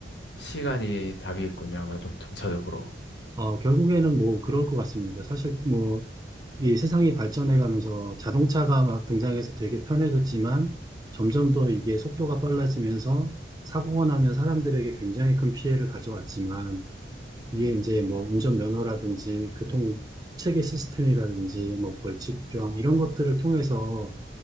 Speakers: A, on the left; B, on the right.
A: 시간이 답이겠군요. 아마 좀 점차적으로.
B: 어, 결국에는 뭐 그럴 것 같습니다. 사실 뭐 이 세상이 발전해 가면서 자동차가 막 등장해서 되게 편해졌지만 점점 더 이게 속도가 빨라지면서 사고가 나면 사람들에게 굉장히 큰 피해를 가져왔지만 이게
A: 음,
B: 이제 뭐 운전면허라든지 교통체계 시스템이라든지 뭐 벌칙조항 이런 것들을 통해서